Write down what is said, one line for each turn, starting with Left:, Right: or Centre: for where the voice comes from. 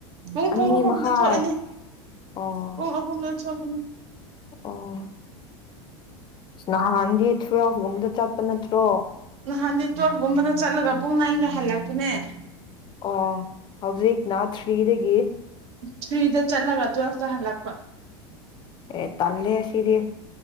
Right: ꯄꯨꯡ
Left: ꯑꯅꯤ
Right: ꯄꯨꯡ ꯑꯍꯨꯝꯗ
Left: ꯃꯈꯥꯏ
Right: ꯊꯣꯛꯑꯅꯤ
Left: ꯑꯣ
Right: ꯄꯨꯡ ꯑꯍꯨꯝꯗ ꯊꯣꯛ <unintelligible>
Left: ꯑꯣ ꯅꯍꯥꯟꯗꯤ ꯊꯨꯋꯦꯜꯐꯒꯨꯝꯕꯗ ꯆꯠꯄ ꯅꯠꯇ꯭ꯔꯣ?
Right: ꯅꯍꯥꯟꯗꯤ ꯇꯨꯋꯦꯜꯐꯒꯨꯝꯕꯗ ꯆꯠꯂꯒ ꯄꯨꯡ ꯅꯥꯏꯟꯗ ꯍꯜꯂꯛꯄꯅꯦ ꯫
Left: ꯑꯣ ꯍꯧꯖꯤꯛ ꯅꯥ ꯊ꯭ꯔꯤꯗꯒꯤ
Right: ꯊ꯭ꯔꯤꯗ ꯆꯠꯂꯒ ꯇꯨꯋꯦꯜꯐꯇ ꯍꯜꯂꯛꯄ꯫
Left: ꯑꯦ ꯇꯜꯂꯦ ꯁꯤꯗꯤ